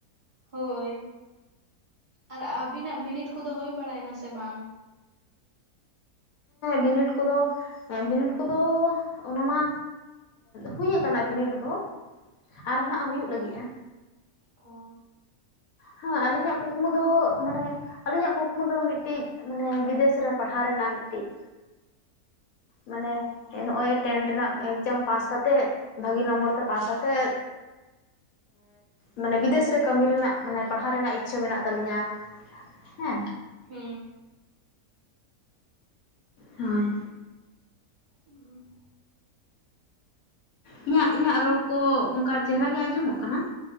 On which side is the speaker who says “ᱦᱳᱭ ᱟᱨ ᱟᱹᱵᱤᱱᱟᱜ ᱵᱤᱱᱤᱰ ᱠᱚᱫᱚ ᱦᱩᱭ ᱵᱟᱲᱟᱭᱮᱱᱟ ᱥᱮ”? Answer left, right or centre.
Right